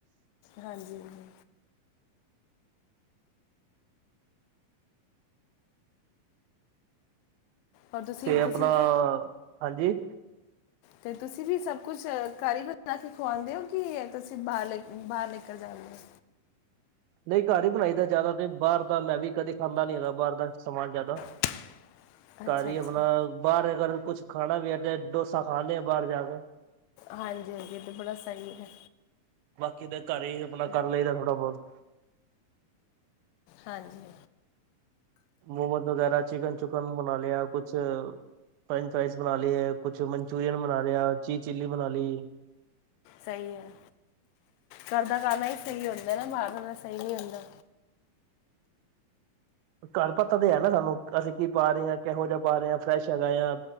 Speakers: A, on the left (about 85°); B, on the right (about 85°).
A: ਹਾਂਜੀ- ਹਾਂਜੀ। ਔਰ ਤੁਸੀਂ
B: ਤੇ ਆਪਣਾ,
A: ਤੁਸੀਂ
B: ਹਾਂਜੀ।
A: ਤੇ ਤੁਸੀਂ ਵੀ ਸਭ ਕੁਛ ਘਰ ਹੀ ਬਣਾ ਕੇ ਖਵਾਉਂਦੇ ਹੋ, ਕਿ ਤੁਸੀਂ ਬਾਹਰ ਲੈ, ਬਾਹਰ ਲੈ ਕੇ ਜਾਂਦੇ ਹੋ।
B: ਨਹੀਂ ਘਰ ਹੀ ਬਣਾਈ ਦਾ ਜ਼ਿਆਦਾ, ਤੇ ਬਾਹਰ ਦਾ ਮੈਂ ਵੀ ਕਦੇ ਖਾਂਦਾ ਨੀ ਹੈਗਾ, ਬਾਹਰ ਦਾ ਸਮਾਨ ਜ਼ਿਆਦਾ
A: <unintelligible> ਅੱਛਾ
B: ਘਰ ਹੀ
A: ਅੱਛਾ
B: ਏ ਆਪਣਾ, ਬਾਹਰ ਅਗਰ ਕੁੱਛ ਖਾਣਾ ਵੀ ਹੈ, ਤੇ ਡੋਸਾ ਖਾਂ ਆਨੇ ਆ, ਬਾਹਰ ਜਾ ਕੇ।
A: ਹਾਂਜੀ- ਹਾਂਜੀ ਇਹ ਤਾਂ ਬੜਾ ਸਹੀ ਹੈ।
B: ਬਾਕੀ ਤਾਂ ਘਰ ਹੀ ਆਪਣਾ ਕਰ ਲਈਦਾ ਥੋੜ੍ਹਾ- ਬਹੁਤ।
A: ਹਾਂਜੀ।
B: ਮੋਮੋਜ਼ ਵਗੈਰਾ ਚਿਕਨ -ਚੁਕਨ ਬਣਾ ਲਿਆ, ਕੁਛ ਫਰੈਂਚ ਫਰਾਾਈਜ਼ ਬਣਾ ਲਏ। ਕੁਛ ਮੰਨਚੂਰਅਨ ਬਣਾ ਲਿਆ। ਚੀ- ਚੀਲੀ ਬਣਾ ਲਈ।
A: ਸਹੀ ਹੈ, ਘਰ ਦਾ ਖਾਣਾ ਹੀ ਸਹੀ ਹੁੰਦਾ ਨਾ, ਬਾਹਰ ਦਾ ਖਾਣਾ, ਸਹੀ ਨਹੀਂ ਹੁੰਦਾ।
B: ਘਰ ਪੱਤਾ ਤੇ ਹੈ ਨਾ ਸਾਨੂੰ, ਅਸੀਂ ਕੀ ਪਾ ਰਹੇ ਹਾਂ, ਕਿਹੋ ਜਿਹਾ ਪਾ ਰਹੇ ਹਾਂ, ਫਰੈਸ਼ ਹੈਗਾ ਆ